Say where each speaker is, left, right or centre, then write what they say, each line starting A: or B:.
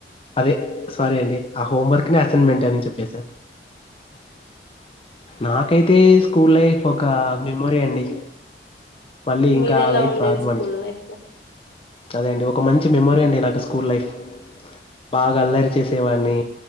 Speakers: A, on the left (about 30°); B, on the left (about 85°).
A: అదే సారీ అండి ఆ హోంవర్క్ ని అసైన్మెంట్ అని చెప్పేసారు నాకైతే స్కూల్ లైఫ్ ఒక మెమోరీ అండి మళ్ళీ
B: మీద
A: ఇంకా ఆ
B: ఎలా
A: లైఫ్
B: ఉండేది
A: రాదు
B: స్కూల్
A: మనకి
B: లైఫ్ లో
A: అదే అండి ఒక మంచి మెమొరి అండి నాకు స్కూల్ లైఫ్ బాగా అల్లరి చేసేవాడిని